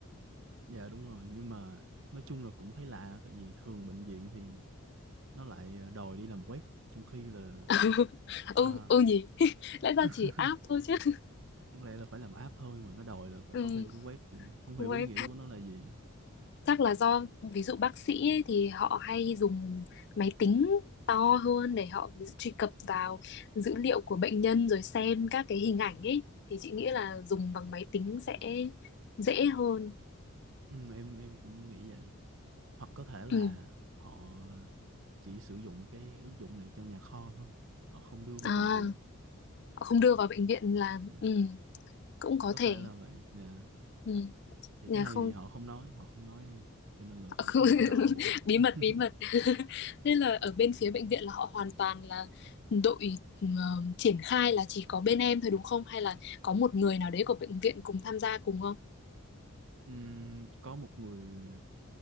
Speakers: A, on the right (about 60°); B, on the left (about 50°).
A: dạ đúng rồi nhưng mà nói chung là cũng thấy lạ tại vì thường bệnh viện thì nó lại ờ, đòi đi làm web trong khi là
B: <laughs> ừ
A: à,
B: ừ nhỉ <laughs> lẽ ra
A: <laughs>
B: chỉ app thôi chứ
A: đáng lẽ là phải làm app thôi mà nó đòi là phải
B: ừ,
A: có thêm cái web thì không
B: với
A: hiểu ý nghĩa của nó là gì
B: chắc là do ví dụ bác sĩ ấy, thì họ hay dùng máy tính to hơn để họ ví dụ, truy cập vào dữ liệu của bệnh nhân rồi xem các cái hình ảnh ấy thì chị nghĩ là dùng bằng máy tính sẽ dễ hơn
A: ừ, em em cũng nghĩ vậy hoặc có thể là
B: ừ.
A: họ chỉ sử dụng cái ứng dụng này cho nhà kho thôi họ không đưa vào
B: à
A: bệnh viện
B: họ không đưa vào bệnh viện là
A: Dạ,
B: ừ, cũng có
A: có
B: thể
A: thể là vậy Dạ.
B: ừ.
A: thì
B: nhà
A: cái này
B: không
A: thì họ không nói họ không nói em cho nên là cũng
B: Không,
A: không
B: <laughs>
A: có rõ mục đích
B: bí
A: <laughs>
B: mật bí mật <laughs> nên là ở bên phía bệnh viện là họ hoàn toàn là đội ờ, triển khai là chỉ có bên em thôi đúng không hay là có một người nào đấy của bệnh viện cùng tham gia cùng không
A: Ừm, có một người